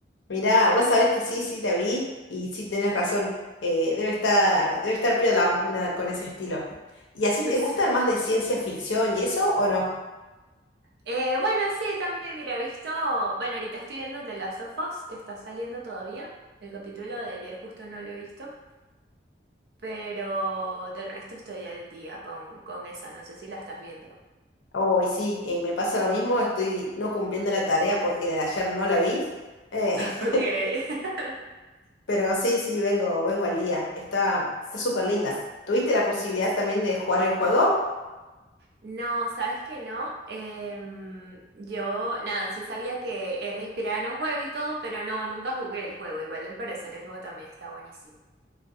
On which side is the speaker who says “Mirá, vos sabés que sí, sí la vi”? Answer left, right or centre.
Left